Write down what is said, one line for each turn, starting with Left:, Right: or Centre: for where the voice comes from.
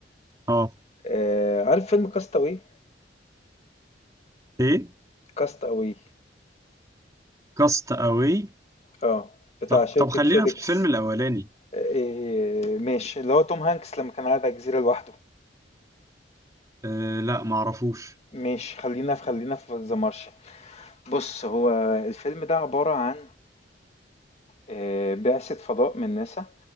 Right: اه
Left: آه عارف فيلم كاستاوي
Right: ايه
Left: كاستاوي
Right: كاست اواي
Left: اه بتاع
Right: طب
Left: شركة
Right: طب خلينا
Left: فيديكس
Right: في الفيلم الاولاني
Left: آه إيه، ماشي اللي هو توم هانكس لما كان قاعد على الجزيرة لوحده
Right: آه لا معرفوش
Left: ماشي خلينا في خلينا في ذا مارشن بص هو الفيلم ده عبارة عن آه بعثة فضاء من ناسا